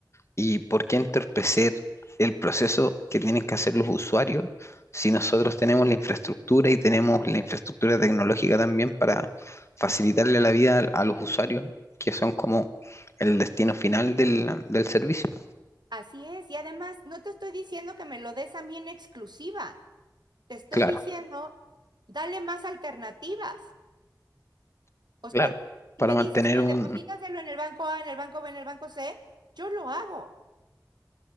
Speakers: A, on the left; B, on the right.
A: y por qué entorpecer el proceso que tienen que hacer los usuarios si nosotros tenemos la infraestructura y tenemos la infraestructura tecnológica también para facilitarle la vida al- a los usuarios, que son como el destino final del, del servicio?
B: Así es, y además no te estoy diciendo que me lo des a mí en exclusiva, te estoy
A: Claro,
B: diciendo, dale más alternativas. O
A: claro.
B: sea, si
A: Para
B: me
A: mantener
B: dices, mire,
A: un...
B: deposítaselo en el banco A, en el banco B, en el banco C, yo lo hago,